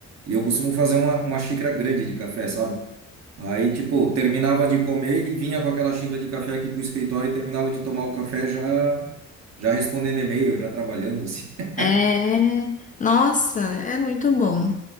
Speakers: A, on the right (about 60°); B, on the left (about 25°).
A: e eu costumo fazer uma, uma xícara grande de café, sabe? Aí, tipo, terminava de comer e vinha com aquela xícara de café aqui pro escritório e terminava de tomar o café já, já respondendo e-mail, já trabalhando, assim. <laughs>
B: É. Nossa, é muito bom.